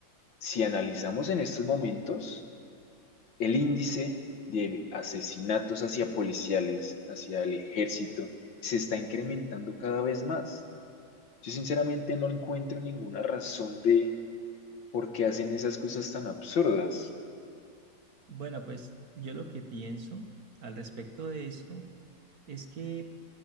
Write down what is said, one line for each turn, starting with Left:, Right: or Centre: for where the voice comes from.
Left: Si analizamos en estos momentos el índice de asesinatos hacia policiales, hacia el ejército, se está incrementando cada vez más. Yo sinceramente no encuentro ninguna razón de por qué hacen esas cosas tan absurdas.
Right: Bueno, pues yo lo que pienso al respecto de esto es que